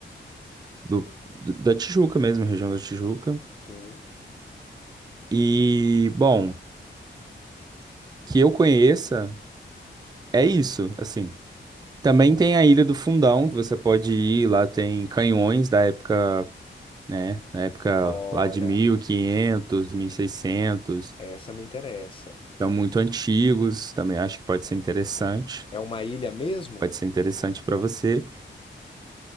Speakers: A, on the right (about 20°); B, on the left (about 25°).
A: do- do- da Tijuca mesmo, região da Tijuca.
B: sim.
A: E, bom, que eu conheça, é isso, assim. Também tem a Ilha do Fundão, que você pode ir, lá tem canhões da época, né, na época
B: Olha,
A: lá de 1500, seiscentos
B: essa me interessa.
A: são muito antigos, também acho que pode ser interessante.
B: É uma ilha mesmo?
A: pode ser interessante para você.